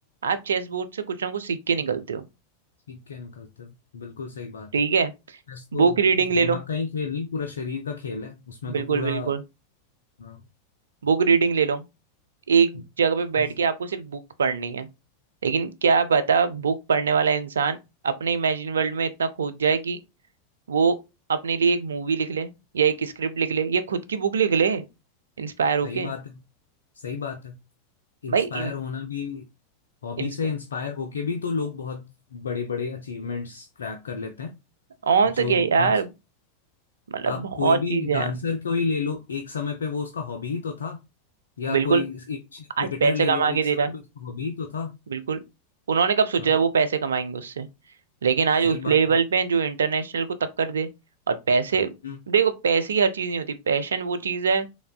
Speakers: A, on the right; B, on the left.
A: आप चेस बोर्ड से कुछ ना कुछ सीख के निकलते हो
B: सीख के निकलते हो बिल्कुल सही बात
A: ठीक
B: है
A: है
B: चेस तो
A: बुक रीडिंग
B: दिमाग
A: ले लो
B: का ही खेल नहीं पूरा शरीर का खेल है उसमें तो
A: बिल्कुल
B: पूरा
A: बिल्कुल
B: हाँ
A: बुक रीडिंग ले लो एक
B: हम्म,
A: जगह पे बैठ के आपको सिर्फ बुक पढ़नी है लेकिन क्या पता बुक पढ़ने वाला इंसान अपने इमेजिन वर्ल्ड में इतना खोद जाए कि वो अपने लिए एक मूवी लिख ले या एक स्क्रिप्ट लिख ले या खुद की बुक लिख ले इंस्पायर होके
B: सही बात है सही बात है इंस्पायर
A: भाई इन,
B: होना भी हॉबी
A: इंस्पायर
B: से इंस्पायर होके भी तो लोग बहुत बड़े बड़े अचीवमेंट्स क्रैक कर लेते हैं
A: और
B: जो
A: तो क्या यार
B: आज
A: मतलब
B: हम्म आप
A: बहुत
B: कोई भी
A: चीज है
B: डांसर को ही ले लो एक समय पे वो उसका हॉबी ही तो था या
A: बिल्कुल
B: कोई क्रिकेटर
A: आज पैसे
B: ले
A: कमा
B: लो
A: के
B: एक
A: दे
B: समय
A: रहा है
B: पे उसका हॉबी ही तो था
A: बिल्कुल उन्होंने कब सोचा
B: हाँ
A: है वो पैसे कमाएंगे उससे लेकिन आज
B: सही
A: उस लेवल
B: बात है
A: पे हैं जो इंटरनेशनल को टक्कर दे और पैसे
B: हम्म
A: देखो पैसे ही हर चीज नहीं होती पैशन वो चीज है